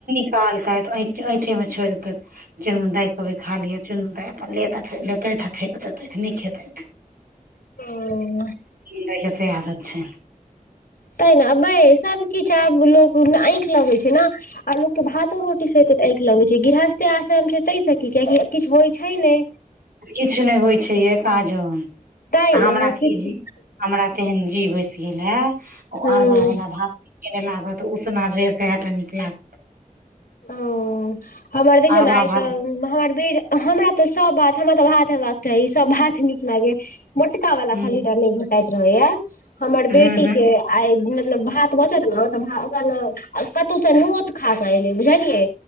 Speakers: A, on the right; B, on the left.
A: <unintelligible> ऐंठ ऐठे मे छोड़ देथि चुनमु दाइ कऽबे खा लिय चुनमु दाई अपन लेेत आ अपन लेतैथ फेक देते नहि खेतैथ।
B: ओ
A: दैय के सेहा आदत छैन।
B: तै ने अबै सब किछ। <unintelligible> ऐख लगे छै ने आ लोक के भातो रोटी, फेंकए लगै छै गृहस्थे आश्रम छै तैस की कियाकि किछु होइ छै ने।
A: किछु नहि होइ छै ये काजन
B: तैं
A: आ हमरा
B: ने
A: की
B: किछु
A: जी हमरा तेहन जी बैसि गेल हे ओ
B: हूँ
A: अरवा वला भात! नीक नहि लागत उसना जे सएह टा नीक लागत!
B: ओ हमर देखियौ
A: अरबा
B: ने आइ
A: भात
B: तऽ हमर भीड़ हमरा तऽ सब बात हमरा तऽ भात हेबाक चाही सभ भात नीक लागे या मोटका वाला
A: हूँ
B: खाली टा नहि घोटाइत रहे या हमर
A: हूँ
B: बेटी
A: हूँ
B: के आई मतलब भात बचत ने त भा ओकरा ने कतौ से नोत खा के आइब बुझलियै